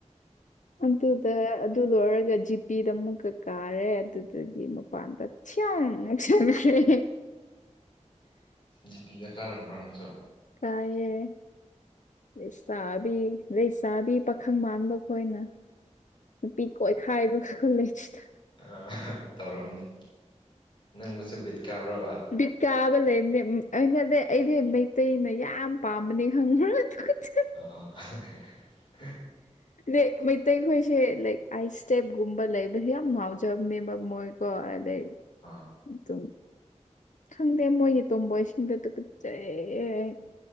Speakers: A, on the left; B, on the left.
A: ꯑꯗ ꯑꯗꯨ ꯂꯣꯏꯔꯒ ꯖꯤꯄꯤꯗ ꯑꯃꯨꯛꯀ ꯀꯥꯔꯦ ꯑꯗꯨꯗꯒꯤ ꯃꯄꯥꯟꯗꯛꯁꯛ ꯁꯪꯈ꯭ꯔꯦ
B: ꯖꯤꯄꯤꯗ ꯀꯥꯔꯝꯕ꯭ꯔꯥꯅꯁꯨ
A: ꯀꯥꯏꯌꯦꯦ ꯂꯩꯁꯥꯕꯤ ꯂꯩꯁꯥꯕꯤ ꯄꯥꯈꯪ ꯃꯥꯟꯕ ꯈꯣꯏꯅ ꯅꯨꯄꯤ ꯀꯣꯏꯈꯥꯏꯕ ꯀꯥꯈꯜ ꯂꯩꯁꯤꯗ
B: ꯑ ꯇꯧꯔꯝꯅꯤ ꯅꯪꯕꯨꯁꯨ ꯕꯤꯠ ꯀꯥꯕ꯭ꯔꯕ
A: ꯕꯤꯠ ꯀꯥꯕ ꯂꯩꯕꯅꯦ ꯑꯩꯅꯗꯤ ꯑꯩꯗꯤ ꯃꯩꯇꯩꯅ ꯌꯥꯝ ꯄꯥꯝꯕꯅꯦ ꯈꯪꯕ꯭ꯔ ꯑꯗꯨ
B: ꯑ
A: ꯑ ꯃ ꯑꯇꯩꯈꯣꯏꯁꯦ ꯂꯥꯏꯛ ꯑꯥꯏꯁ ꯏꯁꯇꯦꯞꯀꯨꯝꯕ ꯂꯩꯕꯁꯦ ꯌꯥꯝ ꯉꯥꯎꯖꯕꯅꯦꯕ ꯃꯣꯏꯀꯣ ꯑꯗꯩ
B: ꯑꯥ
A: ꯑꯗꯨꯝ ꯈꯪꯗꯦ ꯃꯣꯏꯒꯤ ꯇꯣꯝꯕꯣꯏꯁꯤꯡꯗ ꯑꯗꯨ ꯀꯠꯆꯩ